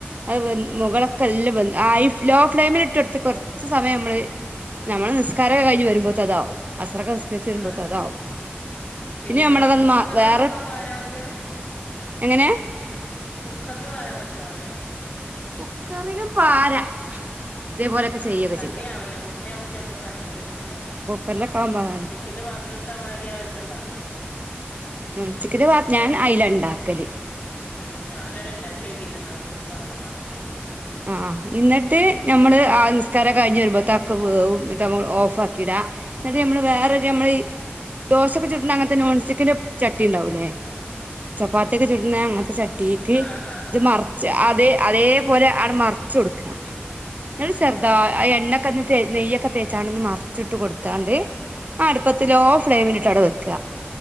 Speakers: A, on the right; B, on the left.
A: അത് വ മുകളളൊക്കെല്ലാം
B: ആഹ്
A: വന്ന ഹൈ ലോ ഫ്ലെയിമിലിട്ട് എടുത്ത് കുറച്ച് സമയം നമ്മള് നമ്മള് നിസ്കാര
B: ആഹ്
A: കഴിഞ്ഞ് വരുമ്പോഴ അതാവും അസറൊക്കെ നിസ്കരിച്ച് വരുമ്പോഴ
B: ആഹ്
A: അതാവും
B: പിന്നെ
A: നമ്മളതൊന്ന്
B: കുക്കറിലൊക്കെ
A: മാ വേറെ
B: ഒക്കെ പരാൻ മറ്റേ
A: എങ്ങനെ
B: കുക്കറിില് വരാൻ പറ്റാവ അല്ലേ
A: ഉക്കറിെ പാര ഇതേപോലൊക്കെ
B: ആഹ
A: ചെയ്യൊക്കെ
B: കരിയാവല്ലേ
A: ചെയ്യാം
B: മു ഇട്ട ആവുമ്പോ ചിലപ്പോൾ കരിഞ്ഞോ അല്ലേ
A: ആ കുക്കറിലൊക്കെ ആവുമ്പോ
B: ാ
A: അതാണ്
B: ചിക്കിന്റെ പാത്രത്തിത്തെ മാതിരി ആരി ഇത്ണ്ടാവില്ലേക്കാർ
A: ഉിക്ക ഞാൻ അയില ഉണ്ടാക്കല്
B: ഉം അതവരെ ഉണ്ടാക്കി നോക്കില്ലന്ന അപ്പേച്ചി പറയുമ്പോള അപ്പഞെ
A: ആഹ എന്നിട്ട് നമ്മള് ആ നിസ്കാരം കഴിഞ്ഞ് വരുമ്പോ തക്ക വ എന്നിട്ട്മ്മ ഓഫ് ആക്കിടാ എന്നിട്ട് നമ്മള് വേറെൊക്കെ
B: ആഹ്
A: നമ്മൾ ഈ ദോശൊക്കെ ചുട്ട അങ്ങനത്തെ നോൺസ്റ്റിക്കിന്റെ ചട്ടി ഉണ്ടാവൂല്ലേ ചപ്പാത്തിക്ക് ചുട്ന അങ്ങനത്തെ ചട്ടിക്ക്
B: ആഹ് ആഹ്
A: ഇത്
B: ആഹ് ആഹ്
A: മറച്ച്
B: ആഹ്
A: അതെ അതേപോലെ അ മറിച്ച് കൊടൂക്ക
B: ഉം
A: എന്ന ചെറുതാ എണ്ണക്ക നെയ്യൊക്കെ തേച്ചാ ഒന്ന് മറിച്ചിട്ട് കൊടുത്താണ്ട് ആ അടുപ്പത്ത്
B: ഉം
A: ലോ ഫ്ലെയിമിൽട്ട് ഇട്ടട വെക്ക